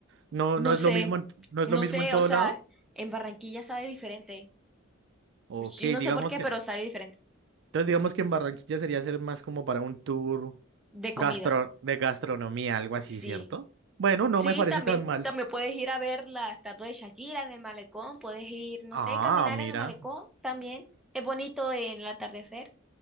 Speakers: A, on the right; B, in the centre.
A: no,
B: No
A: no es
B: sé,
A: lo mismo en, no es
B: no
A: lo mismo
B: sé,
A: en todo
B: o sea,
A: lado.
B: en Barranquilla sabe diferente.
A: Ok,
B: Yo no
A: digamos
B: sé por qué,
A: que.
B: pero
A: Entonces
B: sabe diferente.
A: digamos que en Barranquilla sería ser más como para un tour
B: De comida,
A: gastro, de gastronomía, algo así,
B: sí.
A: ¿cierto? Bueno, no
B: Sí,
A: me parece
B: también.
A: tan mal.
B: También puedes ir a ver la estatua de Shakira en el malecón, puedes ir, no
A: Ah,
B: sé, caminar
A: mira.
B: en el malecón también. Es bonito en el atardecer.